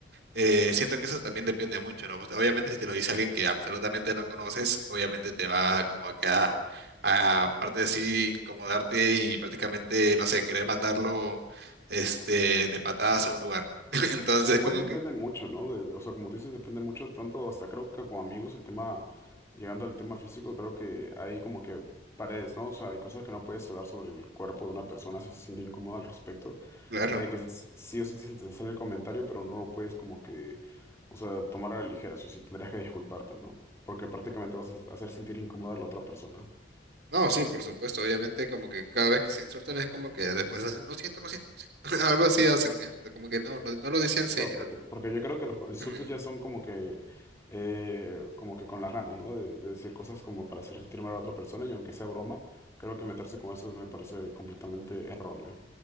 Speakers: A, on the right; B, on the left.
A: Eh, siento que eso también depende mucho, ¿no? Pues, obviamente si te lo dice alguien que absolutamente no conoces, obviamente te va como a que a, a, aparte de así incomodarte y prácticamente, no sé, querer mandarlo este, de patadas a un lugar. <laughs> Entonces,
B: Igual
A: como
B: depende
A: que,
B: mucho, ¿no? De- o sea, como tú dices, depende mucho, tanto hasta creo que con amigos, el tema, llegando al tema físico, creo que hay como que paredes, ¿no? O sea, hay cosas que no puedes hablar sobre el cuerpo de una persona si se siente incómoda al respecto.
A: claro.
B: Eh, que esas- sí o sí se te sale el comentario, pero no lo puedes como que, o sea, tomar a la ligera, sí o sí tendrías que disculparte, ¿no? Porque prácticamente vas a hacer sentir incómoda a la otra persona.
A: No, sí, por supuesto, obviamente como que cada vez que se insultan es como que después hacen, lo siento, lo siento, lo siento". <laughs> Algo así hacen, ¿ya? Como que no, no, no lo dicen en serio.
B: Claro, porque, porque yo creo que los insultos
A: Ujú.
B: ya son como que, eh, como que con las ganas, ¿no? De, de decir cosas como para hacer sentir mal a la otra persona y aunque sea broma, creo que meterse con eso me parece completamente erróneo.